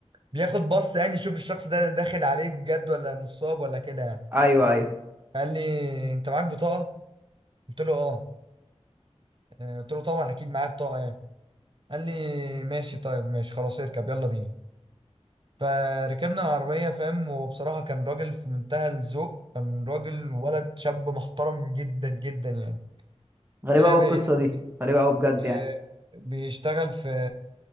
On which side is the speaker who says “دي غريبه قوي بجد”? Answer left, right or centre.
Right